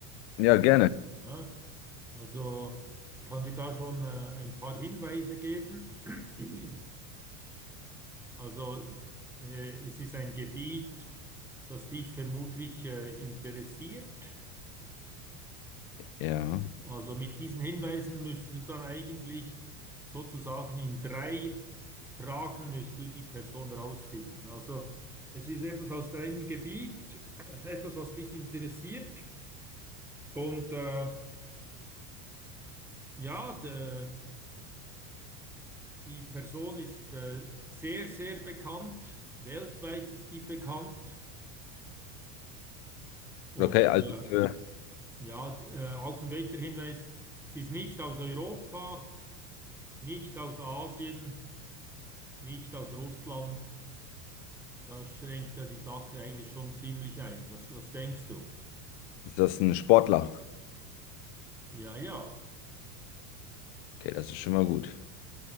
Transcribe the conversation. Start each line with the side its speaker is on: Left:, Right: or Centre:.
Left: Ja,
Centre: Ja,
Left: gerne.
Centre: ja. also ich kann dir da schon äh, ein paar Hinweise geben. <clears throat> Also äh, es ist ein Gebiet, das dich vermutlich äh, interessiert.
Left: Ja.
Centre: Also mit diesen Hinweisen müsstest du dann eigentlich sozusagen in drei Fragen müsstest du die Person rausfinden. Also es ist etwas aus deinem Gebiet, <clears throat> etwas, was dich interessiert. Und äh, ja, der Die Person ist äh, sehr, sehr bekannt. Weltweit ist die bekannt. Und
Left: Okay, also.
Centre: äh,
Left: äh,
Centre: ja, d- äh, auch ein weiterer Hinweis, sie ist nicht aus Europa, nicht aus Asien, nicht aus Russland. Das schränkt ja die Sache eigentlich schon ziemlich ein. Was, was denkst du?
Left: Ist das ein Sportler?
Centre: Ja, ja.
Left: Okay, das ist schon mal gut.